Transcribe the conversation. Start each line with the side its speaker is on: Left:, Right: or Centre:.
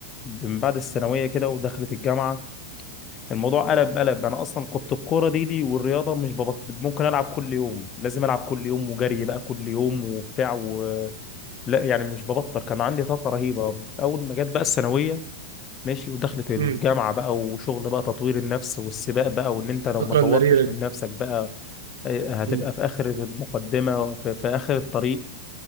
Left: من بعد الثانويه كده ودخلت الجامعه الموضوع قلب قلب انا اصلا كنت الكوره دي دي والرياضه مش ببط... ممكن العب كل يوم لازم العب كل يوم وجري بقى كل يوم وبتاع و... لا يعني مش ببطل كان عندي طاقه رهيبه اول ما جت بقى الثانويه ماشي ودخلت الجامعه
Right: مم.
Left: بقى وشغل بقى تطوير النفس والسباق بقى وان انت لو
Right: الفترة
Left: ما طورتش
Right: المريرة دي
Left: من نفسك بقى هتبقى
Right: مم.
Left: في اخر المقدمه في, في اخر الطريق